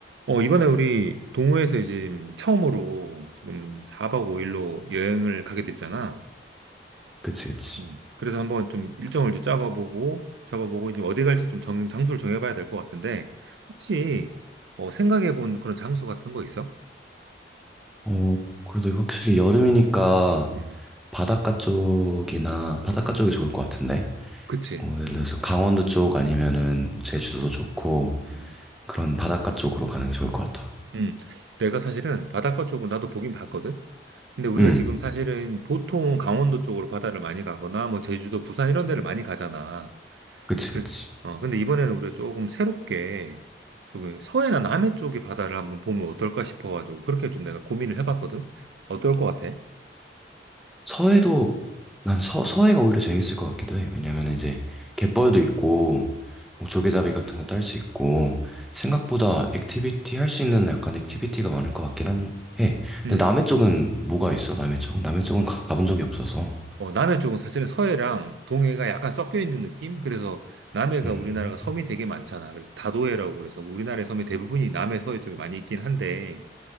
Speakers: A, on the right (about 80°); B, in the centre.
A: 어, 이번에 우리 동호회에서 이제 처음으로 지금 4박 5일로 여행을 가게 됐잖아.
B: 그치, 그치.
A: 음. 그래서 한번 좀 일정을 이제 잡아보고 잡아보고, 이제 어디 갈지 좀 정, 장소를 정해봐야 될 것 같은데, 혹시 어, 생각해본 그런 장소 같은 거 있어?
B: 어, 그래도 확실히 여름이니까
A: 음,
B: 바닷가 쪽이나 바닷가
A: 음.
B: 쪽이 좋을 것 같은데.
A: 그치.
B: 어, 예를 들어서 강원도 쪽 아니면은 뭐 제주도도 좋고
A: 음,
B: 그런 바닷가 쪽으로 가는 게 좋을 것 같아.
A: 음. 내가 사실은 바닷가 쪽을 나도 보긴 봤거든? 근데 우리가
B: 음,
A: 지금 사실은 보통 강원도 쪽으로 바다를 많이 가거나, 뭐 제주도, 부산 이런 데를 많이 가잖아.
B: 그치,
A: 그래.
B: 그치.
A: 어, 근데 이번에는 우리가 조금 새롭게 저기 서해나 남해 쪽의 바다를 한번 보면 어떨까 싶어가지고 그렇게 좀 내가 고민을 해봤거든. 어떨 것 같아?
B: 서해도 난 서, 서해가 오히려 재밌을 것 같기도 해. 왜냐면 이제 갯벌도 있고 뭐 조개잡이 같은 것도 할 수 있고 생각보다 액티비티 할 수 있는 약간 액티비티가 많을 것 같긴 한 해.
A: 음.
B: 근데 남해 쪽은 뭐가 있어? 남해 쪽은 남해 쪽은 가- 가본 적이 없어서.
A: 어, 남해 쪽은 사실은 서해랑 동해가 약간 섞여 있는 느낌? 그래서 남해가
B: 음,
A: 우리나라가 섬이 되게 많잖아. 그래서 다도해라고 그래서 우리나라의 섬이 대부분이 남해 서해 쪽에 많이 있긴 한데